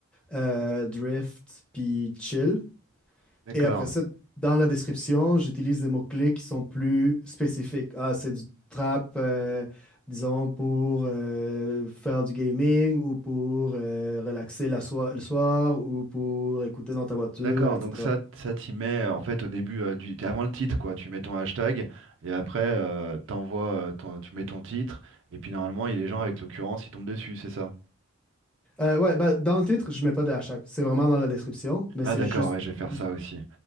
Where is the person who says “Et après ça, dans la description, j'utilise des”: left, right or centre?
Centre